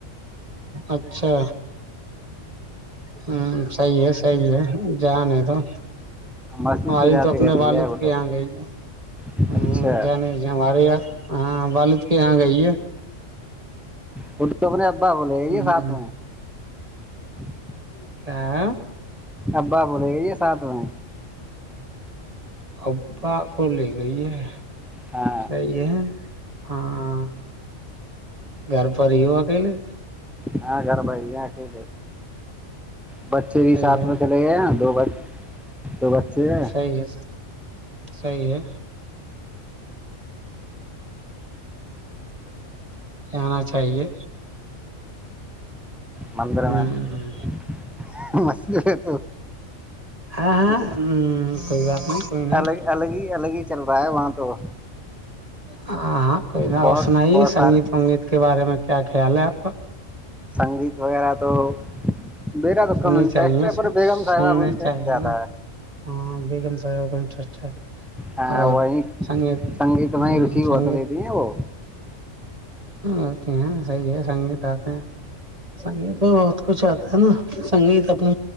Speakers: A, on the right; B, in the centre.
A: اچھا ہاں صحی ہے صحی ہے جانے تو
B: مسجد
A: ہماری
B: جاتی
A: تو اپنے
B: رہتی
A: والد
B: ہے وہ
A: کے
B: تو
A: یہاں گئی ہے
B: اچھا
A: ہ کیا نہیں ہمارے یہاں ہاں والد کے یہاں گئی ہے
B: تو اپنے ابا بولے
A: ہ
B: یہ ساتھ میں <inaudible>
A: <inaudible>
B: ابا بولے گا یہ ساتھ میں
A: اببا کو لے گئی ہے
B: ہاں
A: صیح ہے ہاں گھر پر یہو کہ لے
B: ہاں گھر بھائی یہ کہ بچے
A: صحیح
B: بھی سات
A: ہے
B: میں چلے گئے نا دو دو بچے ہیں
A: صحیح ہے صحیح ہے آنا چاہیے
B: مندر
A: ہ
B: میں مسج ہے تو
A: ہاں ہاں
B: کچھ
A: کوئی بات نہیں کوئی نا
B: الگ الگ ہی الگ ہی چل رہا ہے وہاں تو
A: ہاں ہاں کوئی
B: بہت
A: اور سنائیے
B: بہت سارے
A: سنگیت ونگیت کے بارے میں کیا خیال ہے آپ کا
B: سنگیت وغیرہ تو میرا تو
A: سننی
B: کم انٹرسٹ
A: چاہیے
B: ہے پر بیگم صاحبہ
A: سننے
B: کو انٹرسٹ
A: چاہیے
B: زیادہ
A: نا ہاں کا انٹرسٹ ہے
B: ہے
A: اور
B: وہی
A: سنگیت
B: سنگیت میں ہی روچی
A: سنگیت
B: بہت لیتی ہیں وہ
A: ہوتی ہیں سحی ہے سنگیت آتے ہیں سنگیت میں بہت کچھ آتا ہے نا سنگیت اپنے